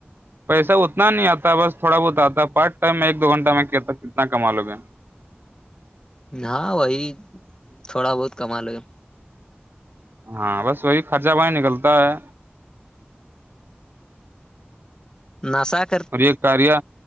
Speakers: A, on the right; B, on the left.
A: پیسہ اتنا نہیں آتا بس تھوڑا بہت آتا پارٹ ٹائم میں ایک دو گھنٹہ میں کتنا کما لو گے
B: ہاں وہی تھوڑا بہت کما لو گے
A: ہاں بس وہی خرچہ پانی نکلتا ہے
B: ناساک
A: اور یہ کاریہ